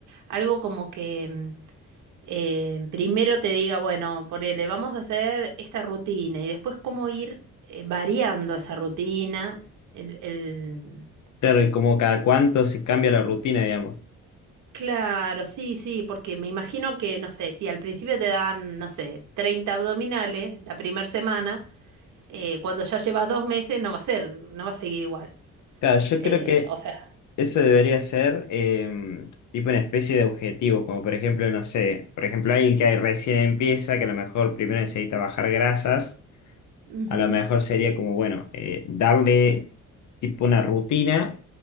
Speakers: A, on the right; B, on the left.
A: algo como que mm, em, eh, primero te diga, bueno, ponele, vamos a hacer esta rutina y después cómo ir eh, variando esa rutina, el,
B: claro, y como cada cuánto se cambia la rutina, digamos.
A: Claro, sí, sí, porque me imagino que, no sé, si al principio te dan, no sé, 30 abdominales la primera semana, eh, cuando ya llevas dos meses no va a ser, no va a seguir igual.
B: Claro, yo
A: Eh,
B: creo que
A: o sea,
B: eso debería ser eh, tipo una especie de objetivo, como por ejemplo, no sé, por ejemplo, alguien que ahí recién empieza, que a lo mejor primero necesita bajar grasas
A: ujú,
B: A lo mejor sería como, bueno, eh, darle tipo una rutina